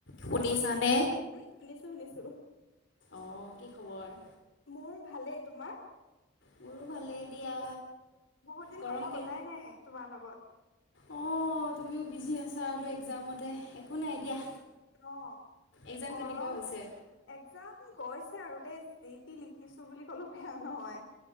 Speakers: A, on the left; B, on the left.
A: শুনিছানে?
B: উম, শুনিছো-শুনিছো।
A: অ' কি খবৰ?
B: মোৰ ভালেই তোমাৰ?
A: মোৰো ভালেই দিয়া।
B: বহুত দিন
A: গৰম
B: কথা পতাই
A: কে
B: নাই তোমাৰ লগত।
A: অ', তুমিও বিজি আছা আৰু। এক্সামতে একো নাই দিয়া
B: অ
A: এক্সাম
B: গৰম
A: কেনেকুৱা হৈছে।
B: একজাম গৈছে আৰু দেই যি টি লিখিছো বুলি কলো বেয়া নহয়।